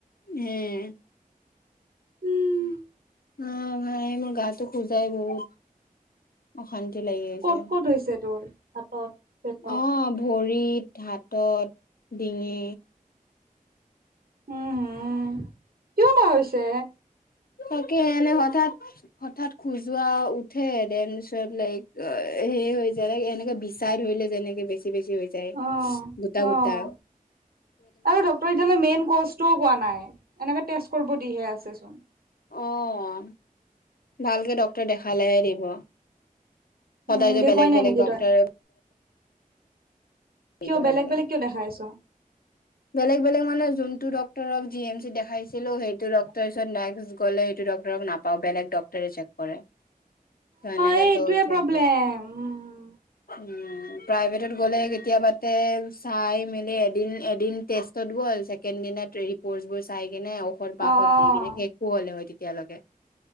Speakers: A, on the left; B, on the right.
A: উম।
B: উম,
A: অ' ভাই মোৰ গাটো খোজায় বহুত অশান্তি লাগি আছে,
B: ক'ত ক'ত হৈছে তোৰ হাতত পেটত
A: অ'ভৰিত, হাত তত ডিঙি
B: উম, হম কিয় বা হৈছে?
A: তাকে এনে হঠাৎ, হঠাৎ খোজোৱা উঠে দেন পিছত লাইক সে হৈ যায় এনেকে বিচাই ধৰিলে, যেনেকে বেছি বেছি হৈ যায়,
B: অ',
A: গোটা-গোটা।
B: অ', আৰু ডক্টৰ এতিয়ালৈ মেইন কজটোও কোৱা নাই, এনেকে ষ্টেট কৰিব দিহে আছে চোন
A: অ' ভালকে ডক্টৰে দেখালেহে দিব। সদায়
B: উম
A: যে
B: দেখুৱাই
A: বেলেগ,
B: নাই
A: বেলেগ
B: নেকি
A: ডাক্তৰ
B: তই
A: তেনেকে
B: কিয় বেলেগ বেলেগ কিয় দেখাই আছ অ',
A: বেলেগ, বেলেগ মানে যোনটো ডক্টৰ ডক্টৰক জি এম চি দেখাইছিলো, সেইটো ডক্তৰৰ ওচত নেক্স গ'লে, সেইটো ডক্টৰক নাপাওঁ, বেলেগ ডক্টৰে চেক কৰে এনেকে
B: এই এইটোৱে
A: টো চেঞ্চ
B: প্ৰব্লেম উম
A: উম' প্ৰাইভেটত গ'লে কেতিয়াবাতে চাই মেলি এদিন, এদিন টেষ্টত গ'ল। ছেকেণ্ড দিনত ৰিপৰ্টবোৰ চাই কিনে ঔষধ বাষধ
B: অ',
A: দি কিনে শেষো হ'লে হয় তেতিয়ালৈকে